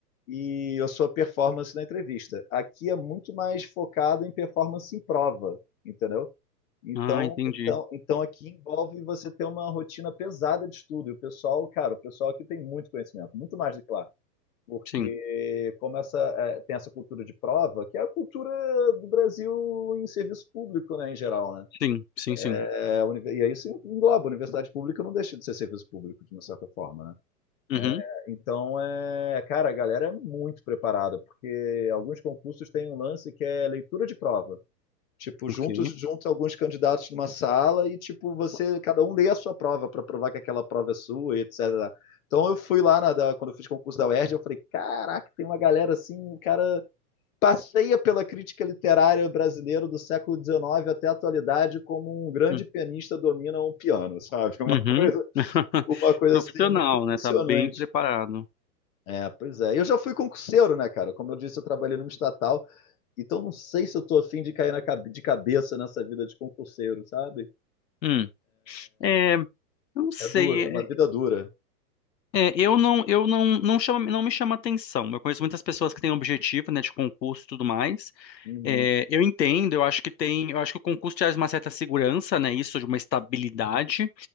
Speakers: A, on the left; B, on the left.
A: e a sua performance na entrevista. Aqui é muito mais focado em performance em prova, entendeu? Então,
B: Ah, entendi.
A: então, então aqui envolve você ter uma rotina pesada de estudo. E o pessoal, cara, o pessoal aqui tem muito conhecimento, muito mais do que lá. Porque
B: Sim,
A: como essa, eh, tem essa cultura de prova, que é a cultura do Brasil em serviço público, né, em geral, né?
B: sim, sim, sim.
A: É, a univer- e aí isso engloba, a universidade pública não deixa de ser serviço público, de uma certa forma, né?
B: Uhum.
A: É, Então, é, cara, a galera é muito preparada, porque alguns concursos têm um lance que é leitura de prova. Tipo,
B: Ok.
A: juntos, junta alguns candidatos numa sala e, tipo, você, cada um lê a sua prova para provar que aquela prova é sua, e etc. Então eu fui lá na, da- quando eu fiz concurso da UERJ, eu falei, caraca, tem uma galera assim, o cara passeia pela crítica literária brasileira do século XIX até a atualidade como um grande
B: Hum.
A: pianista domina um piano, sabe? <laughs> Uma
B: Uhum.
A: coisa,
B: <laughs>
A: uma coisa
B: Profissional,
A: assim muito impressionante.
B: né? Tá bem preparado.
A: É, pois é. Eu já fui concurseiro, né, cara? Como eu disse, eu trabalhei numa estatal. Então não sei se eu tô afim de cair na cabe- de cabeça nessa vida de concurseiro, sabe?
B: Hum. É, eu não sei.
A: É dura, é
B: É,
A: uma vida dura.
B: é, eu não, eu não, não chama, não me chama atenção. Eu conheço muitas pessoas que têm objetivo, né, de concurso e tudo mais.
A: Uhum.
B: É, eu entendo. Eu acho que tem, eu acho que o concurso traz uma certa segurança, né? Isso de uma estabilidade.